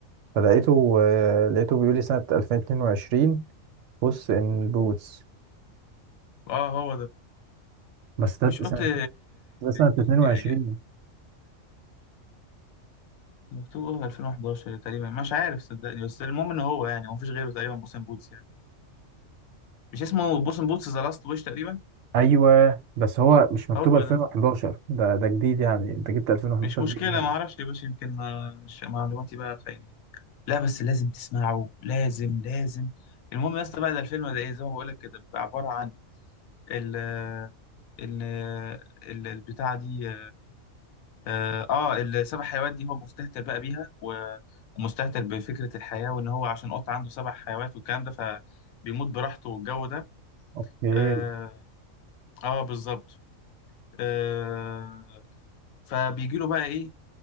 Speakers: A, on the right; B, on the left.
A: فلقيته آه، لقيته بيقول لي سنة 2022 بص إن بوتس
B: اه هو ده
A: بس ده
B: مش قط
A: سنة
B: آه،
A: ده سنة
B: ج-
A: 22
B: ج- مكتوب آه 2011 تقريبا مش عارف صدقني بس المهم ان هو يعني هو مفيش غيره تقريبا بوسين بوتس يعني. مش اسمه بوسن بوتس ذا لاست ويش تقريبا
A: ايوه بس هو مش مكتوب
B: هو
A: 2011
B: ده
A: ده ده جديد يعني انت جبت 2011
B: مش مشكلة
A: دي منين
B: ما اعرفش يا باشا يمكن ما- ش- معلوماتي بقى خاينين لا بس لازم تسمعه لازم لازم المهم يا اسطى بقى ده الفيلم ده ايه زي ما بقول لك كده بيبقى عبارة عن ال ال ال- البتاعة دي اه آه، السبع حيوانات دي هو مستهتر بقى بيها و- ومستهتر بفكرة الحياة وان هو عشان قط عنده سبع حيوانات والكلام ده فبيموت براحته والجو ده
A: اوكي
B: اه, آه بالظبط آه، فبيجي له بقى ايه